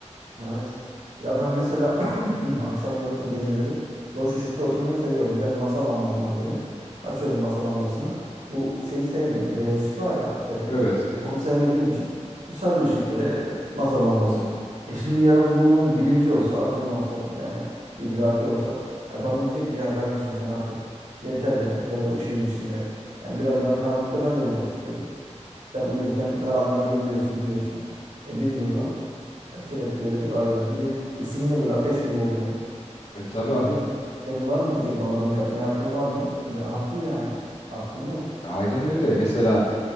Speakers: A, on the right; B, on the left.
A: Evet. Ya ben mesela <clears throat> akşamları, geceleri loş ışıkta oturmayı seviyorum. Bir tane masa lambam var benim. Açıyorum masa lambasını. Bu şeyi sevmiyorum. Beyaz ışık var ya tepede.
B: Evet. Hı
A: Onu
B: hı.
A: sevmediğim için bu sarı ışık böyle e, masa lambası. E şimdi yarın bunun bilinci olsa, akıllansa yani idraki olsa e bana diyecek ki ya kardeşim ben artık yeter ya bu kadar ışığın içinde. Yani biraz ben karanlıkta ben de durmak istiyorum. Sen uyurken karanlığa gömülüyorsun, gidiyorsun. E biz burada yani sürekli böyle bir aydınlık. Bir de ısınıyor böyle ateş gibi oluyor.
B: E tabii
A: Yani
B: abi.
A: senin var mı diyecek bana bunu yapmaya hakkın var mı? E, ben- haklı yani. Hakkım yok.
B: Aynen öyle. Mesela